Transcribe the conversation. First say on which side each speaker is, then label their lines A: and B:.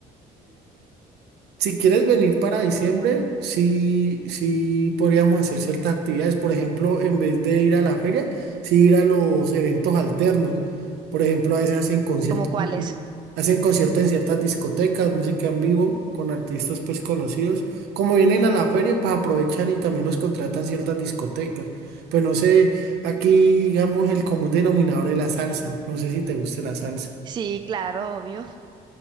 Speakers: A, on the right (about 80°); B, on the right (about 25°).
A: Si quieres venir para diciembre, sí, sí podríamos hacer ciertas actividades. Por ejemplo, en vez de ir a la feria, sí ir a los eventos alternos. Por ejemplo, a veces hacen conciertos,
B: ¿como cuáles?
A: hacen conciertos en ciertas discotecas, música en vivo con artistas pues conocidos. Como vienen a la feria, pues aprovechan y también los contratan ciertas discotecas. Pues no sé, aquí digamos el común denominador es la salsa. No sé si te guste la salsa.
B: Sí, claro, obvio.